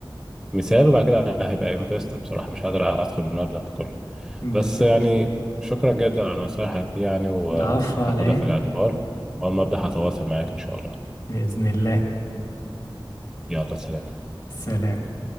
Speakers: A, in the centre; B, on the left.
A: مثال وبعد كده هبقى انفستور بصراحة مش قادر أدخل بالمبلغ ده كله
B: بالظبط
A: بس يعني شكرا جدا على نصايحك دي يعني وهاخدها
B: العفو على ايه
A: في الاعتبار وأول ما أبدأ هتواصل معاك إن شاء الله
B: باذن الله
A: يلا سلام
B: سلام